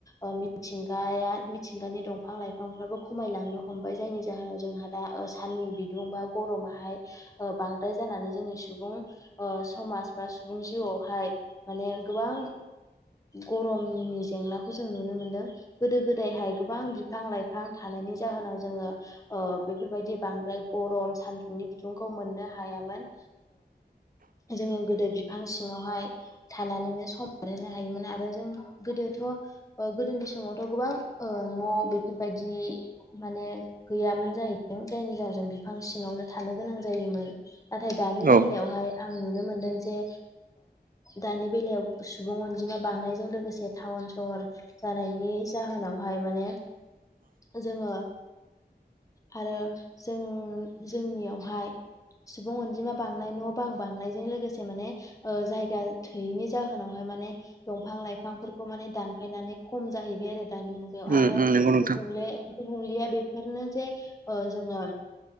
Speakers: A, on the left; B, on the right.
A: ओ मि थिंगाया मिथिंगानि दंफां लाइफांफ्राबो खमायलांनो हमबाय जायनि जाहोनाव जोंहा दा ओ नि बिदुं बा गरमाहाय बांद्राय जानानै जोंनि सुबुं ओ समाज बा सु सुबुं जिउआवहाय माने गोबां गरमनि जेंनाखौ जों नुनो मोनदों। गोदो गोदायहाय गोबां बिफां लाइफां थानायनि जाहोनाव जोङो बेफोरबायदि बां मफ्राय गरम सान्दुंनि बिदुंखौ मोननो हायामोन। जोंङो गोदो बिफां सिङावहाय थानानैनो सम बारहोनो हायोमोन आरो जों गोदो। गोदोनि समाव समावथ' गोबां न' बेफोरबायदि माने गैयामोन जाहैदों जायनि जाहोनाव। जों बिफां सिङांवनो थानो गोनां जायोमोन नाथाय दानि
B: औ
A: बेलायावहाय। आं नुनो मोनदों जे दानि बेलायाव सुबुं अनजिमा बांनायजों लोगोसे थावन। सहर जानायनि जाहोनावहाय माने जोंङो। आरो जों जोंनि यावहाय। सुबुं अनजिमा बांनाय न' बां बांनायजों लोगोसे माने जायगा थोयैनि जाहोनावहाय। माने दंफां लाइफांफोरखौ माने दानफायनानै। खम जाहैबाय आरो दानि मुगायाव
B: उम
A: आरो
B: उम नंगौ नोंथां
A: गुबुंले। गुबुंलेया बेफोरनो जे जोंङो।